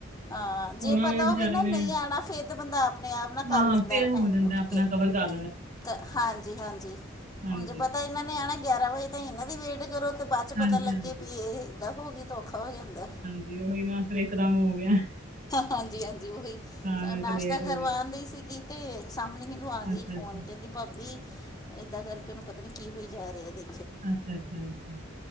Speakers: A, on the left (about 20°); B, on the right (about 40°).
A: ਹਾਂ, ਜੇ
B: ਉਹਨਾਂ
A: ਪਤਾ
B: ਨੇ ਵਿਚਾਰੇ
A: ਹੋਵੇ ਨਾ
B: ਨੇ
A: ਨਹੀਂ ਆਉਣਾ, ਫੇਰ ਤੇ ਬੰਦਾ ਆਪਣੇ ਆਪ ਨਾ
B: ਹਾਂ
A: ਕਰ ਲੈਂਦਾ
B: ਹਾਂ ਫਿਰ ਹੋ
A: ਟਾਈਮ,
B: ਜਾਂਦਾ
A: ਉੱਠ
B: ਆਪਣਾ
A: ਕੇ
B: ਕਵਰ ਕਰ
A: ਕੇ ਹਾਂਜੀ-ਹਾਂਜੀ
B: ਹਨ
A: ਜੇ ਪਤਾ ਇਹਨਾਂ ਨੇ ਆਣਾ, ਗਿਆਰਾਂ ਵਜੇ ਤਾਹੀ ਇਹਨਾਂ ਦੀ ਵੇਟ ਕਰੋ ਤੇ ਬਾਅਦ ਚ
B: ਹਾਂਜੀ
A: ਪਤਾ ਲੱਗੇ
B: ਹਾਂਜੀ
A: ਪੀ ਇਹ ਏਦਾਂ ਹੋਗੀ, ਤਾਂ ਔਖਾ ਹੋ ਜਾਂਦਾ।
B: ਜੀ ਉਹੀ ਨਾ ਫੇਰ ਇਕਦਮ ਹੋ ਗਿਆ।
A: ਹਾਂਜੀ-ਹਾਂਜੀ ਉਹੀ,
B: ਤਾਂ ਕਰਕੇ
A: ਨਾਸ਼ਤਾ
B: ਲੇਟ
A: ਕਰਵਾਉਣਦਗੀ
B: ਹੋ ਗਿਆ
A: ਸੀਗੀ, ਤੇ ਸਾਹਮਣੇ ਮ ਆ
B: ਅੱਛਾ
A: ਗਈ
B: ਅੱਛਾ
A: ਫੋਨ ਕਹਿੰਦੀ ਭਾਬੀ ਏਦਾਂ ਕਰਕੇ ਉਹਨੂੰ ਪਤਾ ਨੀ ਕੀ ਹੋਈ ਜਾ ਰਿਹਾਦੇ
B: ਅੱਛਾ-ਅੱਛਾ ਅ